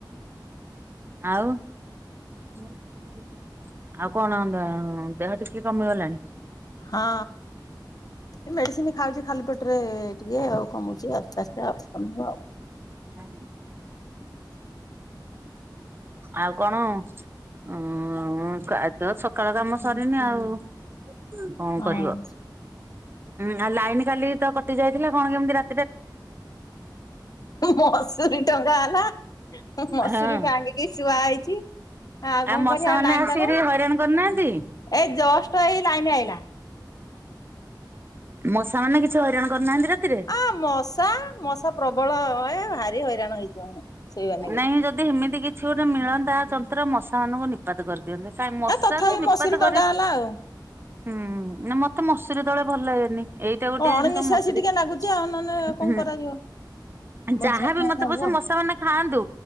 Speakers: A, on the right (about 30°); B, on the left (about 55°).
A: ଆଉ ଆଉ କଣ ଦେ ଦେହ ଟିକେ କମିଗଲାଣି?
B: ହଁ ଏ ମେଡିସିନ ଖାଉଛି ଖାଲି ପେ ରେ ଟିକେ ଆଉ କମୁଛି ଆସ୍ତେ ଆସ୍ତେ ଆଉ କମିବ।
A: ହ ଆଉ କଣ ଅ ଆଜି ତ ସକାଳ କାମ ସରିନି ଆଉ। କଣ
B: ହଁ
A: କରିବ ଉଁ ଆଉ ଲାଇନ କାଲି ତ କଟି ଯାଇଥିଲା କଣ କେମିତି ରା
B: ମସୁରୀ ଟଙ୍କା ହେଲା। ମସୁରୀ
A: ହଁ
B: ଟାଙ୍ଗିକି ଶୁଆ ହେଇଛି। ଆଉ କଣ
A: ମଶା
B: କରିବା
A: ମାନେ
B: ଲାଇନ
A: ଆସିକିରି
B: ତ ନାଇଁ
A: ହଇରାଣ କରିନାହାନ୍ତି?
B: ଏ ଜଷ୍ଟ ଏଇ ଲାଇନ ଆଇଲା।
A: ମଶା ମାନେ କିଛି ହଇରାଣ କରିନାହାନ୍ତି। ରାତିରେ?
B: ଆ ମଶା ମଶା ପ୍ରବଳ ଏ ଭାରି ହଇରାଣ ହେଇଛୁ ଆମେ ସେଇବା ନାଗି
A: ନାଇଁ ଯଦି ହେମିତି କିଛି ଗୋଟେ ମିଳନ୍ତା ଯନ୍ତ୍ର ମଶା ମାନଙ୍କୁ ନିପାତ କରିଦିଅନ୍ତେ। ନାଇ ମଶାକୁ
B: ଏ ତଥାପି
A: ନିପାତ
B: ମଶୁରୀ ଟଙ୍ଗା
A: କରି
B: ହେଲା ଆଉ।
A: ହୁଁ ମତେ ମଶୁରି ତଳେ ଭଲ ଲାଗେନି। ଏଇଟା ଗୋଟେ
B: ଅଣନିଶ୍ୱାସୀ
A: ଜିନିଷ ମସୁରି
B: ଟିକେ
A: ହୁଁ।
B: ନାଗୁଛି ଆଉ ନହେଲେ କଣ କରାଯିବ ବଞ୍ଚିବା
A: ଯାହାବି
B: ପାଇଁ
A: ମତେ
B: ହେଲେ
A: ପଛେ
B: ହବ।
A: ମଶା ମାନେ ଖାଆ ଥାଆନ୍ତୁ